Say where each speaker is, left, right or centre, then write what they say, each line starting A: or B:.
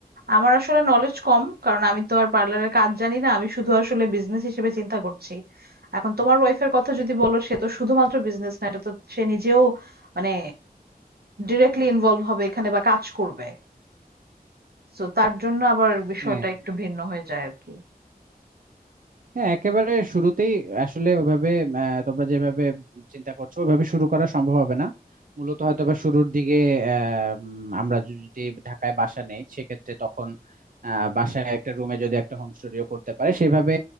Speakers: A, on the right (about 75°); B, on the right (about 60°).
A: আমার আসলে নলেজ কম কারণ আমি তো আর পার্লারের কাজ জানি না আমি শুধু আসলে বিজনেস হিসেবে চিন্তা করছি এখন তোমার ওয়াইফের কথা যদি বলো সে তো শুধুমাত্র বিজনেস না এটা তো সে নিজেও মানে ডিরেক্টলি ইনভলভ হবে এখানে বা কাজ করবে তো তার জন্য আবার বিষয়টা
B: হ্যাঁ
A: একটু ভিন্ন হয়ে যায় আর কি
B: হ্যাঁ একেবারে শুরুতেই আসলে ওভাবে আহ, তোমরা যেভাবে চিন্তা করছো ওভাবে শুরু করা সম্ভব হবে না মূলত হয়তো বা শুরুর দিকে আহ, উম, আমরা যদি ঢাকায় বাসা নেই সেক্ষেত্রে তখন আহ, বাসায় একটা রুমে যদি একটা হোম স্টুডিও করতে পারে সেভাবে